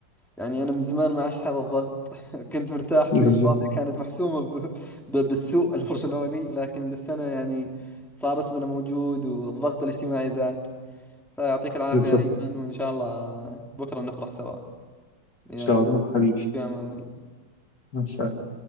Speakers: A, in the centre; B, on the left.
A: يعني انا من زمان ما عشت هذا الضغط <laughs> كنت مرتاح السنه
B: بالظبط
A: الماضيه كانت محسومه ب... ب... بالسوء البرشلوني لكن السنه يعني صار اسمنا موجود والضغط الاجتماعي زاد فيعطيك العافيه
B: بالظبط
A: يا ايمن وان شاء الله بكره نفرح سوا يلا
B: ان شاء الله حبيبي
A: في امان الله
B: مع السلامة